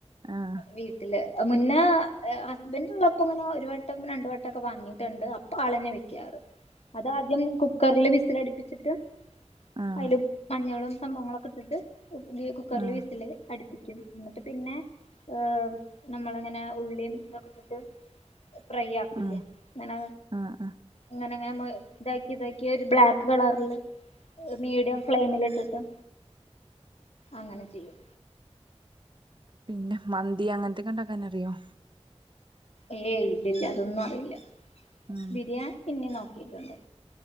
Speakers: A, on the right; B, on the left.
A: ആഹ്
B: വീട്ടില് മുന്നേ ഹസ്ബൻഡ് ഉള്ളപ്പോ ഇങ്ങനെ ഒരു വട്ടം രണ്ട് വട്ടം ഒക്കെ വാങ്ങിട്ടുണ്ട് അപ്പൊ ആള് തന്നെ വെക്കാറ് അത് ആദ്യം കുക്കറിൽ വിസിലടിപ്പ- പ്പിച്ചിട്ട്
A: ആഹ്
B: അതില് മഞ്ഞളും സംഭവങ്ങളൊക്കെ ഇട്ട് കുക്കറിൽ
A: ആഹ്
B: വിസില്- അടുപ്പിക്കും എന്നിട്ട് പിന്നെ ഏഹ് നമ്മള് ഇങ്ങനെ ഉള്ളിയും ഇതൊക്കെ ഇട്ട് - ഫ്രൈ ആക്കില്ലേ
A: ആഹ്
B: അങ്ങനെ
A: ആഹ് ആഹ്
B: ഇങ്ങനെ ഇങ്ങനെ ഇതാക്കി ഇതാക്കി ഒരു ബ്ലാക്ക്- കളറില് മീഡിയം ഫ്ലെയിമിൽ ഇട്ടിട്ട്- അങ്ങനെ ചെയ്യും
A: പിന്നെ മന്തി അങ്ങനത്തൊക്കെ ഉണ്ടാക്കാൻ അറിയോ
B: ഏയ് ഇല്ലല്ല അതൊന്നും അറിയില്ല
A: ഉം
B: ബിരിയാണി പിന്നെ നോക്കിട്ടുണ്ട്